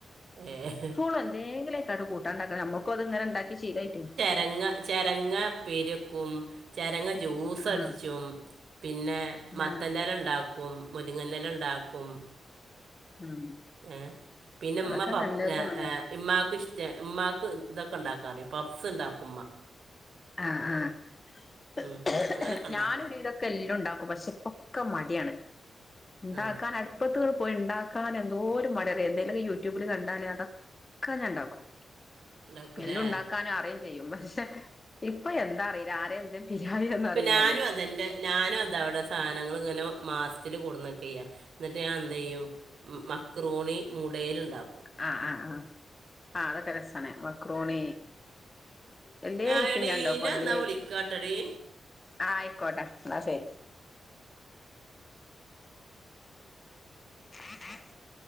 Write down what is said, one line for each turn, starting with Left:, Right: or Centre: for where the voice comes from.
Right: ഏ
Left: പ്പോളും എന്തെങ്കിലൊക്കെ ആണ്ട് കൂട്ടാണ്ടാക്കാ ഞമ്മക്കും അത്ങ്ങനെ ഇണ്ടാക്കി ശീലായിറ്റേ
Right: രങ്ങ ചെരങ്ങ ഉപ്പേരി വെക് ക്കും ചെരങ്ങ ജ്യൂസ് അടിച്ചും
Left: ആഹ്
Right: പിന്നെ മത്തൻ്റെല
Left: ആഹ്
Right: ഇണ്ടാക് ക്കും മുരിങ്ങൻ്റെല ഇണ്ടാക്കും
Left: ഉം
Right: ഏഹ് പിന്നെ
Left: അതൊക്കെ
Right: ഉമ്മ <unintelligible>
Left: നല്ലതുമാണ്
Right: ഏഹ് ഇമ്മാക്ക് ഇഷ്ട്ടാ ഇമ്മാക്ക് ഇതൊക്കെ ഇണ്ടാക്കാ അറിയും പപ്സ് ഇണ്ടാക്കും ഇമ്മാ
Left: ആഹ് ആഹ് <unintelligible>
Right: ഉം. അങ്ങനൊക്കെ ഉണ്ടാക്കും ഉമ്മ
Left: ക്കെ എല്ലോം ഇണ്ടാക്കും പക്ഷെ ഇപ്പൊക്കെ മടിയാണ് ഇണ്ടാക്കാനാരും
Right: ആ
Left: <unintelligible> പോയി ഇണ്ടാക്കാൻ എന്തോര് മടിയാറിയോ എന്തേലൊക്കെ യൂട്യൂബില് കണ്ടാല് അതൊക് ക്കെ ഞാൻ ഇണ്ടാക്കും
Right: ഉണ്ടാക്കൂലേ
Left: എല്ലോം ഇണ്ടാക്കാൻ അറിയും ചെയ്യും പക്ഷെ ഇപ്പൊ എന്താ അറിയില്ലാ ആരെ എന്തെ <unintelligible>
Right: ഇപ്പം
Left: പറയും
Right: ഞാനും
Left: ഞാന്
Right: അതെൻ്റെ ഞാനും അതാ ഇവിടെ സാധനങ്ങള് ഇങ്ങനെ മാസത്തില് കൊടുന്നെക്കാ ചെയ്യാ എന്നിട്ട് ഞാൻ എന്തെയ്യും മ് മക്രോണി മുടെല് ഇണ്ടാക്കും
Left: ആഹ് ആഹ് ആഹ് ആഹ് അതൊക്കെ രസാണ് നമ ക്രോണി എല്ലെ
Right: ഞാൻ
Left: അയ്‌റ്റം
Right: എടീ
Left: ഞാൻണ്ടാക്കും
Right: ഞാൻ
Left: അതേപോലെ
Right: എന്നാ വിളിക്കാട്ടടി
Left: ആഹ് ആയിക്കോട്ടെ ഇന്നാ ശരി <unintelligible>